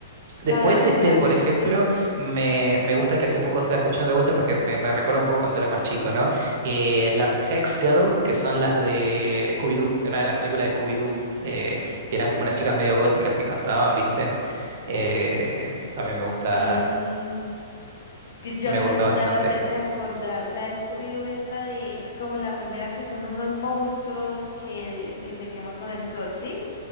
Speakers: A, on the left (about 70°); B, on the right (about 60°).
A: la
B: Después,
A: voy a buscar,
B: este, por ejemplo,
A: dime,
B: me, me gusta que hace poco estaba escuchando la vuelta porque me, me recuerda un poco cuando era más chico, ¿no? Eh, las Hex Girl, que son las de Scooby-Doo, de una de las películas de Scooby-Doo, eh, que eran como unas chicas medio góticas que cantaban, ¿viste? Eh, también me gusta,
A: ve, es que yo
B: me
A: acá
B: gusta
A: tratándome
B: bastante.
A: de acordar, la de Scooby-Doo es la de, como la primera que son unos monstruos que, que se queman con el sol, ¿sí?